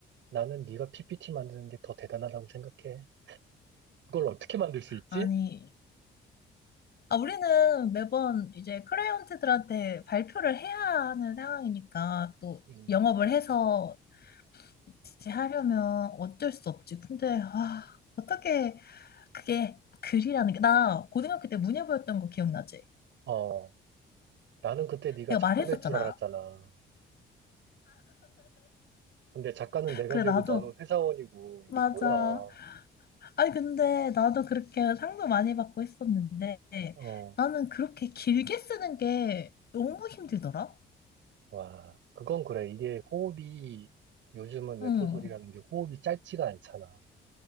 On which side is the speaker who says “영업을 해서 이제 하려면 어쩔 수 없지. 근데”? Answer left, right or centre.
Left